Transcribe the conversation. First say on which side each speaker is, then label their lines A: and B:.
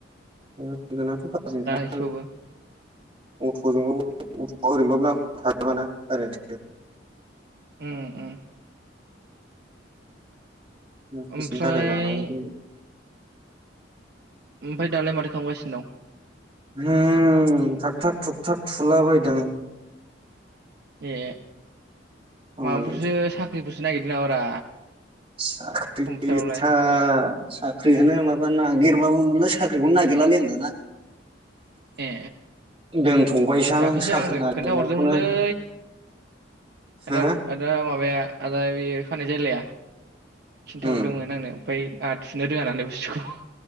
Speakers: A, on the right (about 30°); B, on the right (about 60°).
A: <unintelligible> थेवबाबो
B: एसेबाबो
A: अट'जोंबाबो अट' ओरैबाबो <unintelligible>
B: उम्म उम्म
A: हसेरनि
B: ओमफ्राय
A: थाखाय लानांगौ जायो।
B: ओमफाय दालाय माथो खालामगासिनो? न'
A: हम थाग थाग थुक थाग थुलाबायदों।
B: ए
A: <unintelligible>
B: माबाफोरसो साख्रिफोरसो नागिरदों नामारा
A: साख्रि
B: कम्पिउटारावलाय
A: था साख्रियानो माबा नागिर औ <unintelligible> साख्रिखौनो नागिरलालै <unintelligible> दाना
B: ए
A: दोनथ'बायसां
B: दाख्लैसो
A: साख्रि
B: आंनो
A: नागिरनायखौनो
B: खोन्था हरदोंमोनलै।
A: हो
B: आदा आदा माबाया आदा बे खानाय जायलाया। खिन्थाहरदोंमोन
A: उम
B: आंनो ओमफ्राय आ थुनो रोङा नालाय बुस्थुखौ।